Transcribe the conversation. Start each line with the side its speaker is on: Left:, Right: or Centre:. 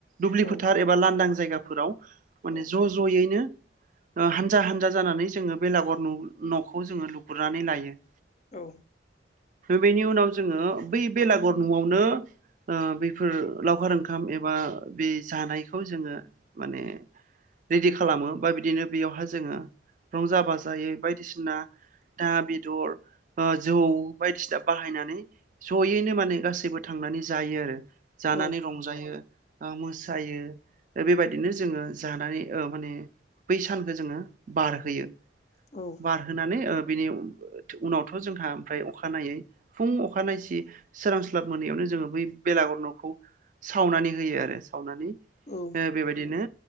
Right: दुब्लि
Left: औ
Right: फोथार एबा लांदां जायगाफोराव माने
Left: औ
Right: ज' ज'यैनो हानजा हानजा जानानै जोङो बेलागर न'खौ जोंङो लुग्रुनानै लायो
Left: औ
Right: बेनि उनाव जोंङो बै बेलागर न'आवनो बेफोर लावखार ओंखाम एबा बे जानायखौ जोंङो माने रेडि खालामो बा बिदिनो बेयाव जा जोङो रंजा बाजायै बायदिसिना ना बेदर जौ बायदिसिना बाहायनानै जयैनो माने गासैबो थांनानै जायो आरो जानानै
Left: औ
Right: रंजायो मोसायो बेबायदिनो जोंङो जानानै माने बै सानखो जोङो बारहोयो
Left: औ
Right: बारहोनानै बिनि उनावथ' जोंहा ओमफ्राय अखानायै फुं अखानायसि सोरांस्लाब मोनैयावनो जोङो बै बेलागर न'खौ सावनानै होयो आरो सावनानै
Left: औ
Right: बेबायदिनो